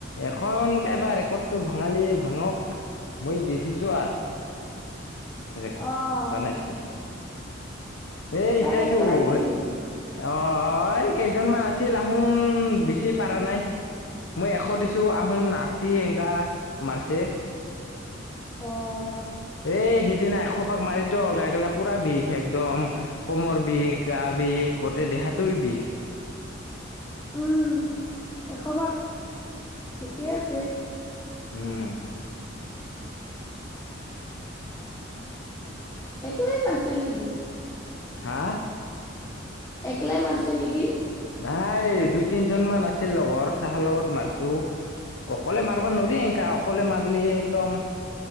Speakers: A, on the left; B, on the left.
A: এখন কাইবা ৰেকৰ্ডটো ভাঙালি ভাঙক মই দি থৈছো আৰ। ৰেকৰ্ড
B: অ',
A: বনাই থৈছো, এই
B: তাই
A: এটাইতো
B: একলাই
A: অ',
B: নেকি?
A: এই কেইজনমান আছিল আহোন বেচি পাৰা নাই। মই এশ দিছো আহোন আশী এংকা মাৰছে।
B: অ'।
A: এই সিদিনা এশপাক মাৰি টো গাইগেলা পুৰা বিষ একদম। কোমৰ বিষ, গা বিষ, গোটেই দেহাতোই বিষ।
B: উম, এশপাক ঠিকে আছে।
A: উম।
B: একলাই মাৰছিল নেকি?
A: হা?
B: একলাই মাৰছে নকি?
A: নাই দুই তিনজন মান আছিল লগৰ তাহাৰ লগত মাৰছো। অকলে মাৰবা নোৰি এনকা অকলে মাৰলি একদম